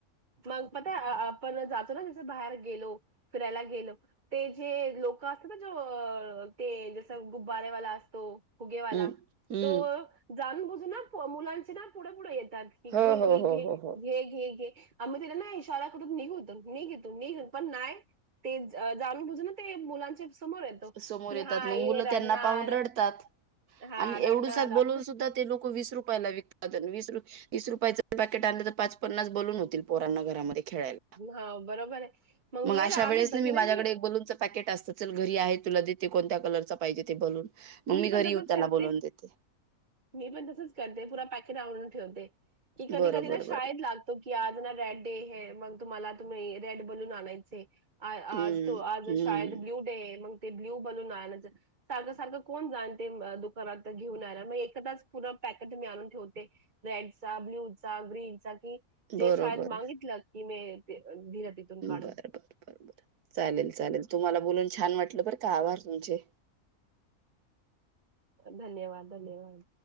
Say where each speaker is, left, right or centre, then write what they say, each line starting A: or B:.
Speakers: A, on the right; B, on the right.
A: मग पता आपण जातो ना तिथं बाहेर गेलो, फिरायला गेलो ते जे लोकं असतं ना जो, ते जसं गुब्बारेवाला असतो. फुगेवाला,
B: हम्म हम्म
A: तो जाणून बुजून ना मुलांचे ना, पुढे पुढे येतात. घे
B: हो
A: घ
B: हो हो
A: घे
B: हो हो
A: घे घे घे. आम्ही त्याला ना, इशारा करून निघ इथून, निघ इथून, पण नाही. ते जाणून बुजून ना, ते मुलांच्या समोर येतो,
B: समोर
A: की
B: येतात
A: हा
B: मग
A: ये
B: मुलं त्यांना
A: रडणार
B: पाहून रडतात
A: हां
B: आणि
A: रडनार
B: एवढूसा बोलून
A: असं
B: सुद्धा ते लोक वीस रुपयाला विकतात, अन विस रूपये वीस रुपयाचं पॅकेट आनलं तर, पाच पन्नास बलून होतील पोरांना घरामध्ये खेळायला.
A: हा बरोबर आहे, मग लय
B: अशा
A: राग
B: वेळेस
A: येतो
B: मी
A: की
B: माझ्याकडे
A: ना, कि
B: एक बलूनचं पॅकेट असतं. चल घरी आहे, तुला देते कोणत्या कलरचा पाहिजे ते बलून. मग मी घरी
A: पण
B: येऊन
A: तसंच
B: त्याला
A: करते
B: बोलवून देते.
A: मी पण तसच करते, पुरा पॅकेट आणून ठेवते की कधी
B: बरोबर
A: कधी ना शाळेत
B: बरोबर
A: लाग तो की आज ना रेड डे है मग तुम्हाला तुम्ही रेड बनून आणायचय. आज
B: हम्म
A: तो आज
B: हम्म
A: शाळेत ब्ल्यू डे आहे, मग ते ब्लू बनवून आनायचय सारखं सारखं कोण जान ते दुकानात घेऊन याला, मग एकदाच पुर्ण पॅकेट मी आणून ठेवते. रेडचा, ब्ल्यू चा, ग्रीनचा की जे
B: बरोबर
A: शाळेत मागितलं की मे ते तिथून काढून
B: बर बर बर बर चालेल चालेल, तुम्हाला बोलून छान वाटलं बर का आभार तुमचे.
A: धन्यवाद धन्यवाद